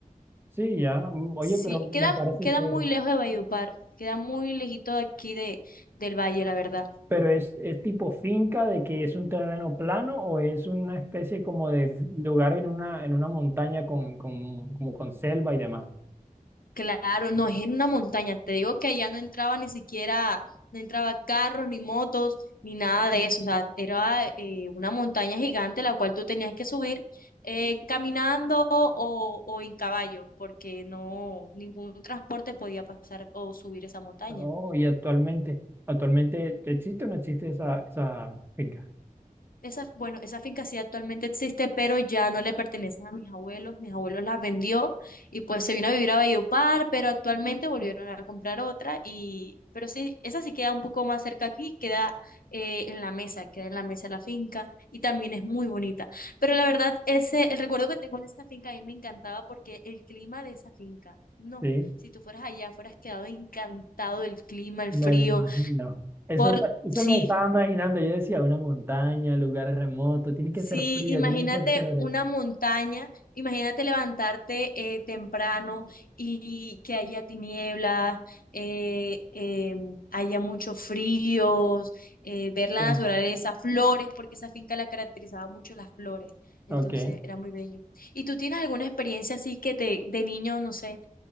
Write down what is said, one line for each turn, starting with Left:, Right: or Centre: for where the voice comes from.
Right: sí, ya. mm, Oye,
Left: Sí,
Right: pero me
Left: queda,
Right: parece
Left: queda
Right: chévere.
Left: muy lejos de Valledupar, queda muy lejito de aquí de, del valle, la verdad.
Right: ¿Pero es, es tipo finca de que es un terreno plano o es una especie como de f- lugar en una, en una montaña con, con, como con selva y demás?
Left: Claro, no, es en una montaña. Te digo que allá no entraba ni siquiera, no entraba carros, ni motos, ni nada de eso. O sea, era eh, una montaña gigante la cual tú tenías que subir eh, caminando o, o en caballo, porque no, ningún transporte podía pasar o subir esa montaña.
Right: Oh, y actualmente, actualmente, ¿existe o no existe esa, esa finca?
Left: Esa, bueno, esa finca sí actualmente existe, pero ya no le pertenece a mis abuelos. Mis abuelos la vendió y pues se vino a vivir a Valledupar, pero actualmente volvieron a comprar otra y, pero sí, esa sí queda un poco más cerca aquí, queda eh, en la mesa, queda en la mesa la finca y también es muy bonita. Pero la verdad, ese, el recuerdo que tengo de esta finca a mí me encantaba porque el clima de esa finca, no,
Right: Sí.
Left: si tú fueras allá, fueras quedado encantado del clima, el
Right: Me
Left: frío,
Right: lo imagino. Eso,
Left: por,
Right: está- eso
Left: sí.
Right: me estaba imaginando. Yo decía, una montaña, lugar remoto, tiene que
Left: Sí,
Right: ser frío,
Left: imagínate
Right: tiene que ser chévere.
Left: una montaña, imagínate levantarte eh, temprano y que haya tinieblas, eh, eh, haya mucho frío, eh, ver la
Right: Sí.
Left: naturaleza, flores, porque esa finca la caracterizaba mucho las flores, entonces
Right: Ok.
Left: era muy bello. ¿Y tú tienes alguna experiencia así que te, de niño, no sé,